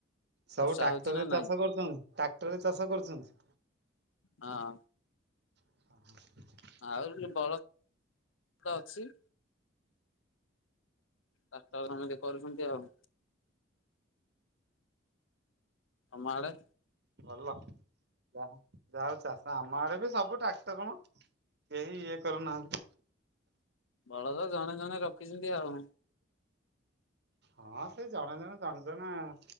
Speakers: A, on the right; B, on the left.
A: ସବୁ
B: ବର୍ଷା
A: ଟ୍ରାକ୍ଟରେ
B: ହଉଛି ନା
A: ଚାଷ
B: ନାଇଁ?
A: କରୁଛନ୍ତି? ଟାକ୍ଟର ରେ ଚାଷ କରୁଛନ୍ତି?
B: ହଁ।
A: <inaudible>
B: ଆହୁରି ବଳଦ ଅଛି? ତାଟ
A: ହୁଁ
B: ସମିତେ କରୁଛନ୍ତି ଆଉ। ତମ ଆଡେ?
A: ଭଲ ଯାହା ଯାହା ହଉ ଚାଷ ଆମ ଆଡେ ବି ସବୁ ଟାକ୍ଟର ମ। କେହି ଇଏ କରୁ ନାହାନ୍ତି।
B: ବଳଦ ଜଣେ ଜଣେ ରଖିଛନ୍ତି ଆଉ।
A: ହଁ ସେଇ ଜଣେ ଜଣେ ଜଣେ ଆଉ।